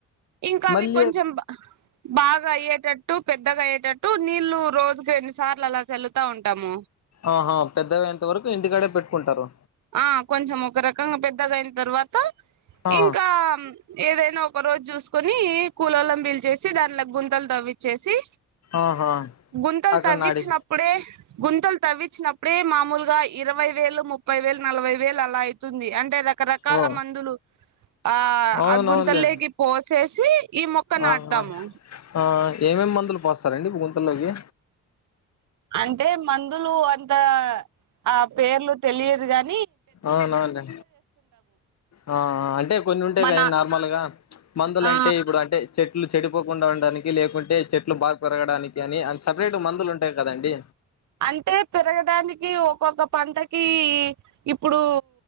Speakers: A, on the right; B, on the left.
A: ఇంకా
B: మన్
A: అవి కొంచెం బా బాగా అయ్యేటట్టు పెద్దగా అయ్యేటట్టు నీళ్లు రోజుకి రెండు సార్లు అలా చల్లుతా ఉంటాము
B: ఆహా పెద్దగయంత వరకు ఇంటికాడే పెట్టుకుంటారు
A: ఆ కొంచెం ఒక రకంగా పెద్దగయిన తర్వాత
B: ఆ
A: ఇంకా ఏదైనా ఒక రోజు చూసుకొని కూలోలన్ బీల్చేసి దాంట్ల గుంతలు తవ్విచ్చేసి
B: ఆహా
A: గుంతలు
B: అక్కడ
A: తవ్విచ్చినప్పుడే
B: నాడి
A: గుంతలు తవ్విన్చినప్పుడే మామూలుగా ఇరవై వేలు ముప్పై వేలు నలభై వేలు అలా ఐతుంది అంటే రక్ రకరకాల
B: ఓ
A: మందులు ఆ
B: అవునవునులే
A: ఆ గుంతలేకి పోసేసి ఈ మొక్క నాటుతాము
B: ఆహా ఆ ఏమేమి మందులు పోస్తారండి ఇప్పు గుంతల్లోకి
A: అంటే మందులు అంత ఆ పేర్లు తెలియదు కాని
B: అవునవున లె ఆ అంటే కొన్ని ఉంటాయి
A: మన
B: కనీ నార్మల్గా మందులు
A: ఆ
B: అంటే ఇప్పుడు అంటే చెట్ చెట్లు చెడిపోకుండా ఉండడానికి లేకుంటే చెట్లు బాగా పెరగడానికి అని అని సపరేట్ గ మందులు ఉంటాయి కదండి
A: అంటే పెరగడానికి ఒక్కొక్క పంటకి ఇప్పుడు